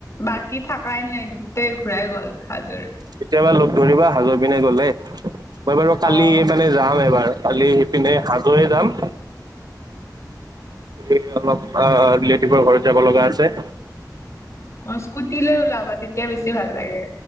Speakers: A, on the left (about 45°); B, on the right (about 65°).
A: বাকী থাকাই নাই গোটেই ঘূৰাই গ'ল হাজৰি।
B: কেতিয়াবা লগ ধৰিবা হাজৰি পিনে গলে মই বাৰু কালি
A: অ
B: মানে যাম এবাৰ। কালি সিপিনে হাজহয় যাম। এই অলপ অ' ৰিলেটিভৰ ঘৰত যাব লগা আছে।
A: অ' স্কুটিলৈ ওলাবা তেতিয়া বেছি ভাল লাগে।